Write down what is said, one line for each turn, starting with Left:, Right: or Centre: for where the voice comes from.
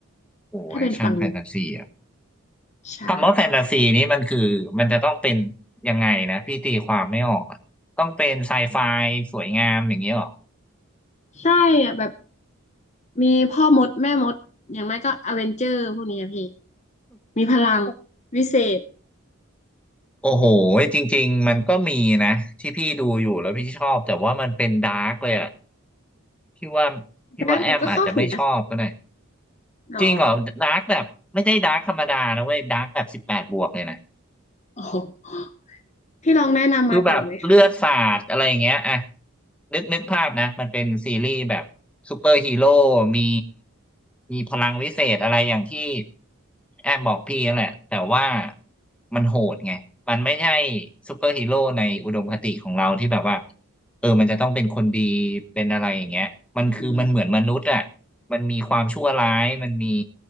Centre: โอ้แอคชั่นแฟนตาซี
Left: ถ้าเป็นฝั่งหนูใช่
Centre: คำว่าแฟนตาซีนี่มันคือมันจะต้องเป็นยังไงนะพี่ตีความไม่ออกอะต้องเป็นไซไฟสวยงามอย่างนี้หรอ
Left: ใช่อะแบบมีพ่อมดแม่มดอย่างไม่ก็อเวนเจอร์พวกนี้อะพี่มีพลังวิเศษ
Centre: โอ้โหจริงๆมันก็มีนะที่พี่ดูอยู่แล้วพี่ชอบแต่ว่ามันเป็นดาร์กเลยอะพี่ว่าพี่ว่าแอมอาจจะไม่ชอบก็ได้
Left: ดักหนูก็เข้าถึงนะคะอ๋อ
Centre: จริงเหรอดาร์กแบบไม่ใช่ดาร์กธรรมดานะเว้ยดาร์กแบบสิบแปดบวกเลยนะ
Left: อ๋อพี่ลองแนะนำมาก่อนไหมคะ
Centre: คือแบบเลือดสาดอะไรอย่างเงี้ยอ่ะนึกนึกภาพนะมันเป็นซีรีส์แบบซูเปอร์ฮีโร่มีมีพลังวิเศษอะไรอย่างที่แอมบอกพี่นั่นแหละแต่ว่ามันโหดไงมันไม่ใช่ซูเปอร์ฮีโร่ในอุดมคติของเราที่แบบว่าเออมันจะต้องเป็นคนดีเป็นอะไรอย่างเงี้ยมันคือมันเหมือนมนุษย์อ่ะ
Left: อ่า
Centre: มันมีความชั่วร้ายมันมี